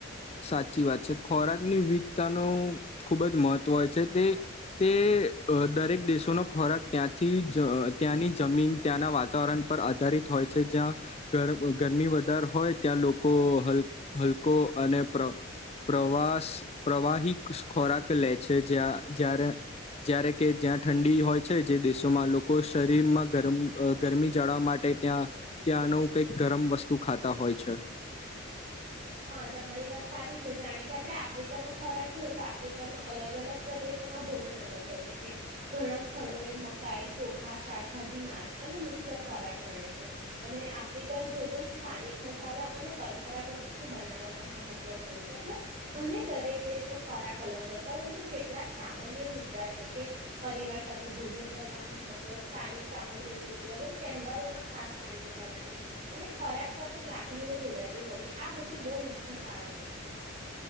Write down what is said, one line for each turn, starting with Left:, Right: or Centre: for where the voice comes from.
Left: સાચી વાત છે ખોરાકની વિવિધતાનું ખૂબ જ મહત્ત્વ હોય છે તે તે દરેક દેશોનો ખોરાક ત્યાંથી જ ત્યાંની જમીન ત્યાંના વાતાવરણ પર આધારિત હોય છે જ્યાં ગર ગરમી વધાર હોય ત્યાં લોકો હલ હલકો અને પ્ર પ્રવાસ પ્રવાહી ખોરાક લે છે જ્યાં જ્યારે જ્યારે કે જ્યાં ઠંડી હોય છે જે દેશોમાં લોકો શરીરમાં ગરમ ગરમી જળાવ માટે ત્યાં ત્યાંનું કંઈક ગરમ વસ્તુ ખાતા હોય છે.
Right: હા તમારી વાત સાચી છે જાણે કે આપડે આફ્રિકાનો ખોરાક જોઈએ તો આફ્રિકામાં અલગ-અલગ પ્રદેશોમાં ભોજન અલગ હોય છે. કે ઘણા સ્થળો એ મકાઈ ચોખા શાકભાજી માંસ અને મુખ્ય ખોરાક ગણાય છે. અને આફ્રિકન ભોજન સ્થાનિક મસાલા અને પરંપરાગત થી બનાવવામાં મહત્વપૂર્ણ છે એટલે ભલે દરેક દેશનો ખોરાક અલગ હોય પરંતુ કેટલાક સામાન્ય મુદ્દા છે કે પરિવાર સાથે ભોજન કરવાનું મહત્વ સ્થાનિક સામગ્રીઓની ઉપલગ્ન તહેવારોમાં ખાસ વાનગીઓ બનાવી અને ખોરાક સાથે લાગણીઓ જોડાયેલી હોવી આ બધું બઉ મુખ્ય કારણો છે.